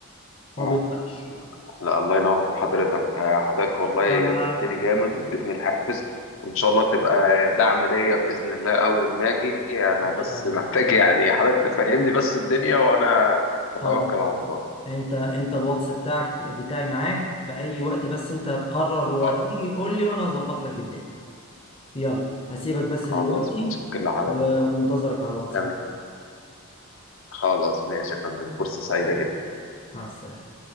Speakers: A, on the left (about 25°); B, on the left (about 60°).
A: ما
B: آه.
A: بيضيعش
B: لا الله ينور على حضرتك آه، حضرتك والله
A: ف
B: فدتني جامد واديتني الحافز وان شاء الله تبقى دعم ليا باذن الله اول ما اجي انا
A: ان
B: بس
A: شاء الله
B: محتاج يعني حضرتك تفهمني بس الدنيا وانا اتوكل
A: خلاص
B: على الله
A: انت انت الواتس بتاعك بتاعي معاك في اي وقت بس انت هتقرر وتيجي
B: اه
A: قول لي وانا هظبط لك الدنيا يلا هسيبك بس
B: خلاص
A: دلوقتي
B: متشكر لحضرتك
A: ومنتظرك على الواتساب
B: تمام خلاص ماشي يا فندم فرصة سعيدة جدا
A: مع السلامة